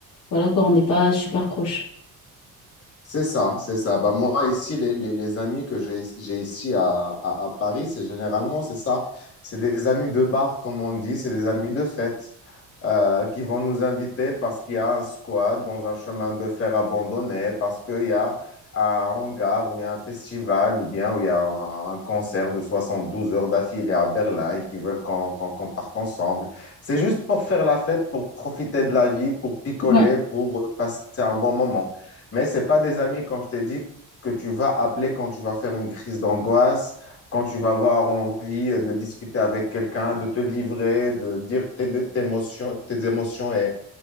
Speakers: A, on the left (about 70°); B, on the left (about 45°).
A: voilà quoi, on n'est pas super proche.
B: C'est ça, c'est ça. Bah, moi, ici, les, les- les amis que j'ai j'ai ici à, à- à Paris, c'est généralement, c'est ça. C'est des amis de bar, comme on dit, c'est des amis de fête euh, qui vont nous inviter parce qu'il y a un squat dans un chemin de fer abandonné, parce qu'il y a un hangar où il y a un festival ou bien où il y a un, un concert de 72 heures d'affilée à Berlin et qui veulent qu'on qu'on- qu'on parte ensemble. C'est juste pour faire la fête, pour profiter de la vie, pour picoler,
A: Ouais.
B: pour euh, passer un bon moment. Mais c'est pas des amis, comme je t'ai dit, que tu vas appeler quand tu vas faire une crise d'angoisse, quand tu vas avoir envie euh, de discuter avec quelqu'un, de te livrer, de dire tes, tes émotions, tes émotions et,